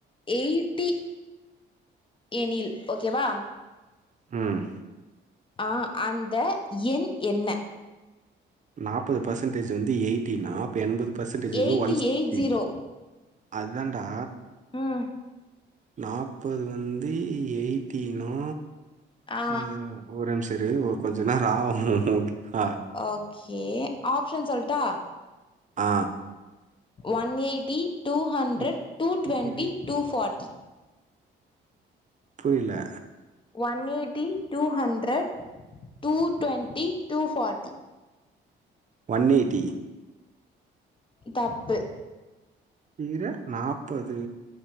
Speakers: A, on the left (about 25°); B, on the right (about 40°).
A: eighty எனில் ஓகேவா
B: ம்
A: ஆ அந்த எண் என்ன
B: நாப்பது பர்சன்டேஜ் வந்து எயிட் டினா இப்ப எண்பது பர்சன்டேஜ் வந்து
A: eighty
B: one sixty
A: eight zero
B: அதுதான்டா
A: ம்
B: நாப்பது வந்து எயிட்டினா
A: ஆ
B: அது ஒரேம்ச இரு ஒரு கொஞ்சோ நேரோ ஆவு ஓகேவா
A: ஓகே ஆப்ஷன் சொல்ட்டா
B: ஆ
A: ஒன் எயிட்டி டூ ஹண்ட்ரட்
B: இ-
A: டூ டுவெண்ட்டி
B: இது
A: டூ ஃபார்ட்டி
B: புரில
A: one eighty two hundred two twenty two forty
B: one eighty
A: தப்பு
B: ஈர நாப்பது